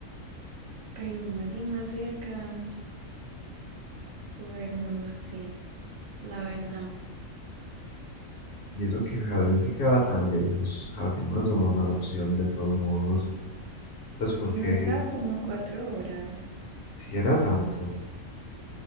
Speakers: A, on the right; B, on the left.
A: Pero uno así más cerca, joder, no lo sé, la verdad.
B: Y eso que Jardín sí queda tan lejos. Jardín no es una mala opción de todos modos. Pues porque
A: No estaba como a cuatro horas.
B: si era tanto.